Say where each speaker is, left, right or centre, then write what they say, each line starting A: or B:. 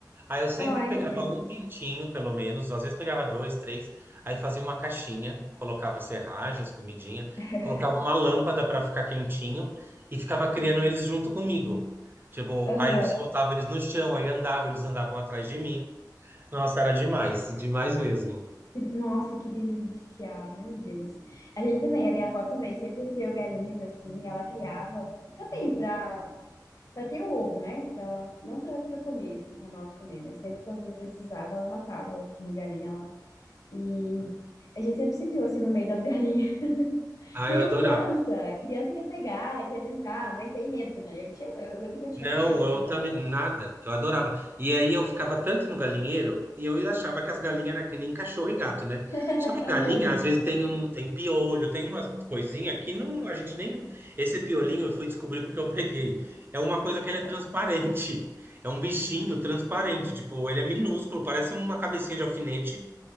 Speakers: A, on the right; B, on the left.
A: Aí eu sempre
B: Ai,
A: pegava
B: que delícia.
A: um pintinho, pelo menos, às vezes pegava dois, três, aí fazia uma caixinha, colocava serragem, as comidinha,
B: <laughs>
A: colocava uma lâmpada para ficar quentinho e ficava criando eles junto comigo. Tipo,
B: Aham.
A: aí soltava eles no chão, aí andava, eles andavam atrás de mim. Nossa, era demais, demais mesmo.
B: Que- Nossa, que delícia, meu Deus. A gente também, a minha avó também sempre criou galinhas assim, e ela criava também para para ter o ovo, né? Pra, não para para comer, assim, para nós comer, mas sempre quando precisava, ela matava uma galinha lá. E a gente sempre se criou assim no meio das galinhas. <laughs>
A: Ah,
B: E
A: eu
B: aí,
A: adorava.
B: criança, criança quer pegar, quer brincar, mas tem medo, né? Eu tinha, eu lembro que eu tinha
A: Não,
B: medo assim
A: eu também,
B: delas.
A: nada, eu adorava. E aí eu ficava tanto no galinheiro e eu achava que as galinhas eram que nem cachorro e gato, né?
B: <laughs>
A: Só que
B: Aham,
A: galinha, às vezes, tem um, tem piolho, tem umas coisinha que não, a gente nem. Esse piolinho eu fui descobrir porque eu peguei. É uma coisa que ele é transparente. É um bichinho transparente, tipo, ele é minúsculo, parece uma cabecinha de alfinete